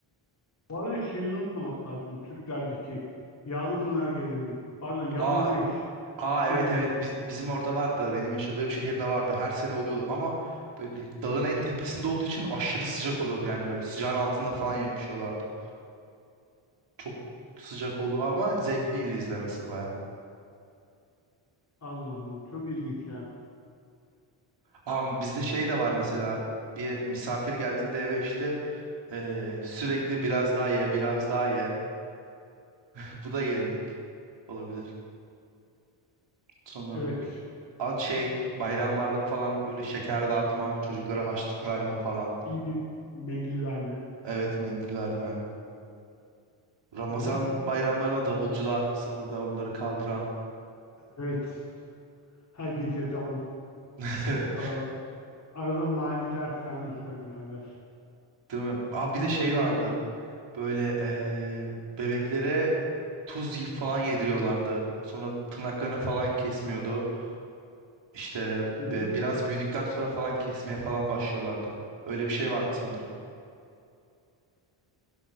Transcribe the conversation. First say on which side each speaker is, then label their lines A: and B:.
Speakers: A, on the left; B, on the right.
A: Bu arada şeyi unutmamak lazım. Türklerdeki yağlı pınar geleneği. Pardon yağlı
B: Aa
A: güreş
B: Aa
A: geleneği.
B: evet evet biz, bizim orada vardı. Benim yaşadığım şehirde vardı. Her sene oluyordu ama böyle dağın en tepesinde olduğu için aşırı sıcak oluyordu. Yani böyle sıcağın altında falan yapışıyorlardı. Çok sıcak oldu ama zevkliydi izlemesi baya.
A: Allah'ım çok ilginç ya.
B: Ama bizde şey de var mesela bir misafir geldiğinde eve işte eee, sürekli biraz daha ye biraz daha ye. <laughs> Bu da gelinlik olabilir. Sonra
A: Evet.
B: at şey bayramlarda falan böyle şeker dağıtma, çocuklara harçlık verme falan.
A: İngiliz mendil verme.
B: Evet mendil verme. Ramazan
A: Aha.
B: bayramlarına davulcular sahurda onları kaldıran.
A: Evet. Her gece davul.
B: <laughs>
A: Böyle çalarlar. Arada maniler falan da söylerler.
B: Değil mi? Aa, bir
A: Duyuyor,
B: de şey vardı.
A: duyuyor.
B: Böyle eee, bebeklere tuz y- falan yediriyorlardı. Sonra tırnaklarını falan kesmiyordu. İşte
A: Hı
B: be-
A: hı.
B: biraz büyüdükten sonra falan kesmeye falan başlıyorlardı. Öyle bir şey vardı sanırım.